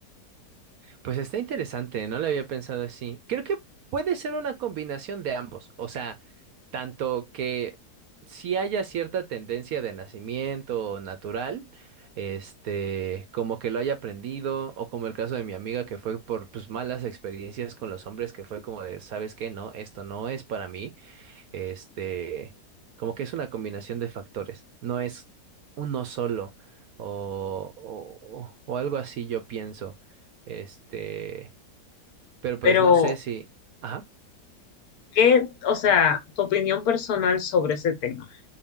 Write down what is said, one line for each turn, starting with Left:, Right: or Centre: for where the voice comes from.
Right: Pues está interesante, no lo había pensado así. Creo que puede ser una combinación de ambos. O sea, tanto que si haya cierta tendencia de nacimiento natural, este, como que lo haya aprendido, o como el caso de mi amiga que fue por pues, malas experiencias con los hombres, que fue como de, ¿sabes qué? No, esto no es para mí. Este, como que es una combinación de factores, no es uno solo o, o, o algo así yo pienso. Este, pero pues
Left: Pero,
Right: no sé si, ajá,
Left: ¿qué, o sea, tu opinión personal sobre ese tema?